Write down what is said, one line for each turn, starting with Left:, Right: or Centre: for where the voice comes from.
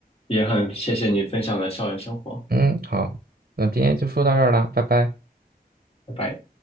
Left: 也很谢谢你分享的校园生活，
Right: 嗯，好，那今天就说到这儿啦，拜拜。
Left: 拜拜。